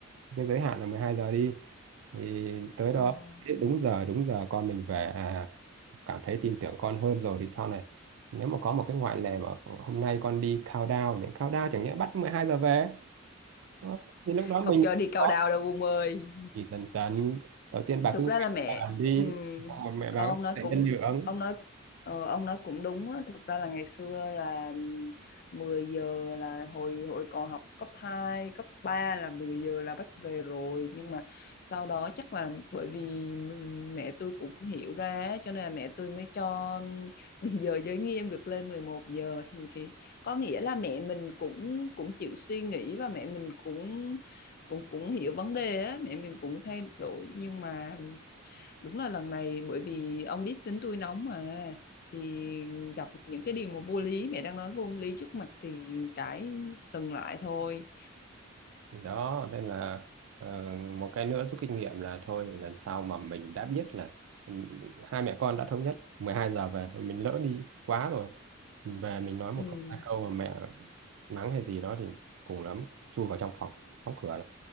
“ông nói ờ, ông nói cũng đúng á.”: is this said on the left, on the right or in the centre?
Left